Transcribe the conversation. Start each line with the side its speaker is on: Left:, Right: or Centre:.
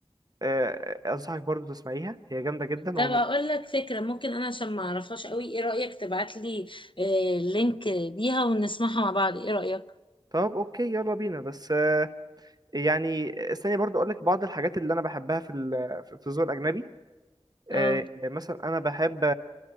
Right: أه انصحك برضو تسمعيها هي جامده جدا
Left: طب
Right: ومن...
Left: اقول لك فكرة ممكن انا عشان ما اعرفهاش قوي ايه رأيك تبعت لي آه لينك ليها ونسمعها مع بعض ايه رأيك
Right: طب اوكي يلا بينا بس آه، يعني استني برضو اقول لك بعض الحاجات اللي انا بحبها في ال... في الذوق الاجنبي آه،
Left: اه
Right: مثلا انا بحب